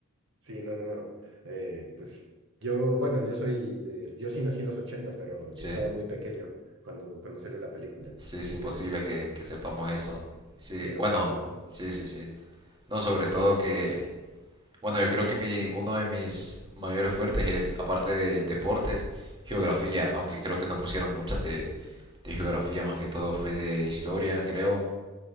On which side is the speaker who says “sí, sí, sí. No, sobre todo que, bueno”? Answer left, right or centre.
Right